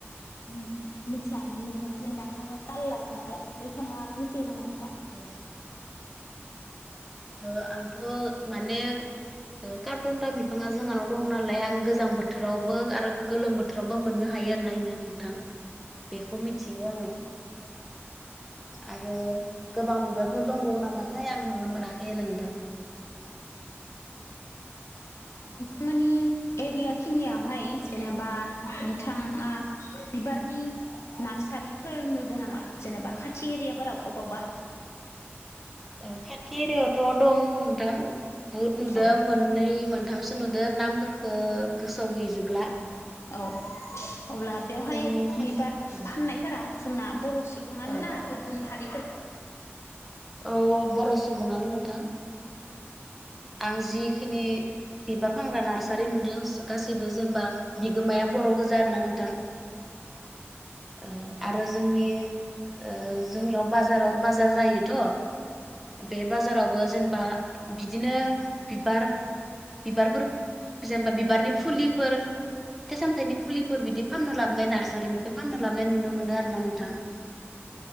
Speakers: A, on the left; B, in the centre.
A: ओ मिथियामोन नोंथां जेनेबा आं ताल लाया नालाय नोंथाङा मिथिगोन नोंथां?
B: औ ओ आंथ' माने ओ कार्टनटा बिफाङा जोंहानाव दं नालाय आं गोजां बोथोरावबो आरो गोलोम बोथोरावबो मोननो हायो हायो आरोना नायनो नोंथां बेखौ मिथियो आङो आरो गोबां बिबारफोर दंबावो नामाथाय आं नुनो मोना केरांगन <unintelligible>
A: नोंथांमोननि एरिया खिनियावहाय जेनेबा नोंथाङा बिबारनि नार्सारिफोर नुदों नामा जेनेबा खाथि एरियाफोराव अबावबा
B: <inaudible> ओखाथि एरियावथ' दं नोंथां बुहुद नुदों
A: औ
B: मोननै मोन थामसो नुदो नामफोरफोरखौ गोसोयाव गैजोबब्ला
A: औ अब्ला बेवहाय
B: जोंनि खाथि
A: बिबार फाननायफोरा जोंना बर' सुबुङानो
B: औ
A: ना गुबुन हारिफोर
B: औ बर' सुबुङानो नोंथां आं जिखिनि बिबार फानग्रा नार्सारि नुदों गासैबो जेनेबा बिगोमाया बर' गोजा आरोना नोंथां ओ आरो जोंनि ओ जोंनियाव बाजाराव बाजार जायोथ' बे बाजारावबो जेनेबा बिदिनो बिबार बिबारफोर जेनेबा बिबारनि फुलिफोर फिथाइ-सामथायनि फुलिफोर बिदि फाननो लाबोनाय नार्सारिनिफ्राय फाननो लाबोनाय नुनो मोनो आरो ना नोंथां <inaudible>